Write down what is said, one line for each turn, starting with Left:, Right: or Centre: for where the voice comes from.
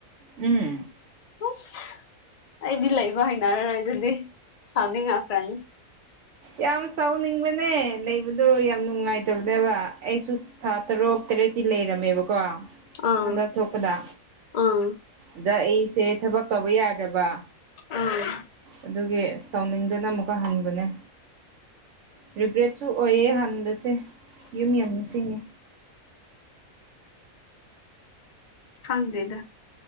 Right: ꯎꯝ
Left: ꯑꯁ ꯑꯩꯗꯤ ꯂꯩꯕ ꯍꯅꯔꯔꯣꯏ ꯑꯗꯨꯗꯤ ꯁꯥꯎꯅꯤꯡ ꯉꯛꯈ꯭ꯔꯅꯤ
Right: ꯌꯥꯝ ꯁꯥꯎꯅꯤꯡꯕꯅꯦ ꯂꯩꯕꯗꯣ ꯌꯥꯝ ꯅꯨꯡꯉꯥꯏꯇꯕꯅꯦꯕ ꯑꯩꯁꯨ ꯊꯥ ꯇꯔꯨꯛ ꯇꯔꯦꯠꯇꯤ ꯂꯩꯔꯝꯃꯦꯕꯀꯣ
Left: ꯑꯥ
Right: ꯍꯟꯗꯛ ꯊꯣꯛꯄꯗ
Left: ꯑꯥ
Right: ꯑꯗ ꯑꯩꯁꯦ ꯊꯕꯛ ꯇꯧꯕ ꯌꯥꯗ꯭ꯔꯕ
Left: ꯑꯥꯝ
Right: ꯑꯗꯨꯒꯤ ꯁꯥꯎꯅꯤꯡꯗꯅ ꯑꯃꯨꯛꯀ ꯍꯟꯕꯅꯦ ꯔꯤꯒ꯭ꯔꯦꯠ ꯨ ꯁꯨ ꯑꯣꯏꯌꯦ ꯍꯥꯟꯕꯁꯦ ꯌꯨꯝ ꯌꯥꯝ ꯅꯤꯡꯁꯤꯡꯉꯤ
Left: ꯈꯪꯗꯦꯗ